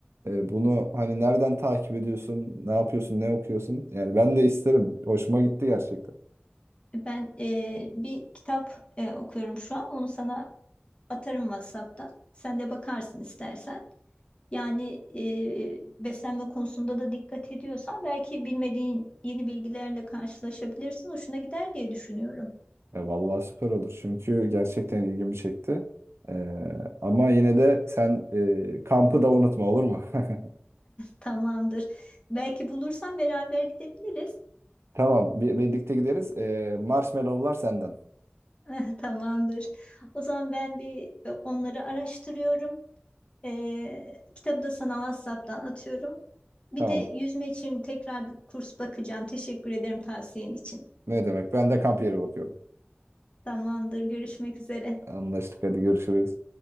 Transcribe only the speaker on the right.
E, bunu hani nereden takip ediyorsun? Ne yapıyorsun? Ne okuyorsun? Yani ben de isterim. Hoşuma gitti gerçekten.
Ya vallahi süper olur çünkü gerçekten ilgimi çekti. Ee, ama yine de sen e, kampı da unutma olur mu? <laughs>
Tamam bir, birlikte gideriz. Ee, marshmallowlar senden.
Tamam
ne demek ben de kamp yeri bakıyorum.
Anlaştık hadi görüşürüz.